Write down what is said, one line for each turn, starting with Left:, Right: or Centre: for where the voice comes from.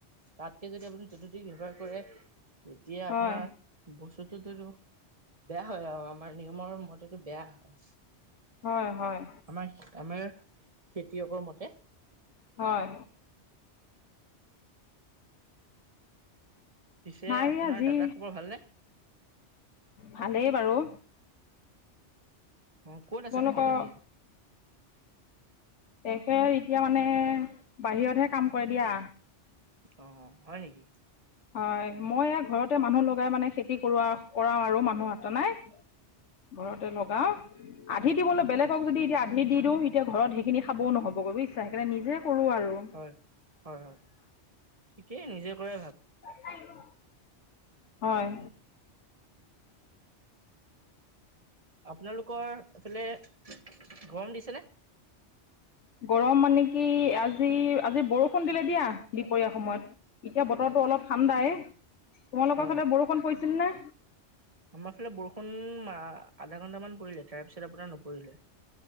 Right: তাতকে যদি আপুনি যতুতি ব্যৱহাৰ কৰে, তেতিয়া
Left: হয়
Right: আপোনাৰ বস্তুটোতো বেয়া হয় আৰু আমাৰ নিয়মৰ মতেতো বেয়া হয়।
Left: হয়, হয়।
Right: আমাৰ আমাৰ খেতিয়কৰ মতে।
Left: হয়।
Right: পিছে
Left: নাই
Right: আপোনাৰ
Left: আজি
Right: দাদাৰ খবৰ ভালনে?
Left: ভালেই বাৰু।
Right: অ', ক'ত
Left: তোমালোকৰ
Right: আছে তেখেত এতিয়া?
Left: তেখেত এতিয়া মানে বাহিৰতহে কাম কৰে দিয়া।
Right: অ', হয় নেকি?
Left: হয়, মই এইয়া ঘৰতে মানুহ লগাই মানে খেতি কৰোৱা কৰাও আৰু মানুহতে নাই। ঘৰতে লগাও, আধি দিবলৈ বেলেগক যদি এতিয়া আধি দি দিওঁ, এতিয়া ঘৰত সেইখিনি খাবও নহ'বগৈ বুজিছা, সেইকাৰণে নিজেই কৰোঁ আৰু।
Right: হয়, হয়, হয়, ঠিকেই নিজেই কৰাই ভাল।
Left: <unintelligible> হয়।
Right: আপোনালোকৰ এইফালে গৰম দিছেনে?
Left: গৰম মানে কি, আজি-আজি বৰষুণ দিলে দিয়া, দুপৰীয়া সময়ত। এতিয়া বতৰটো অলপ ঠাণ্ডাই। তোমালোকৰ
Right: হয়।
Left: ফালে বৰষুণ পৰিছিল নে?
Right: আমাৰ ফালে বৰষুণ উম, আধা ঘন্টামান পৰিলে, তাৰপিছত আপোনাৰ নপৰিলে।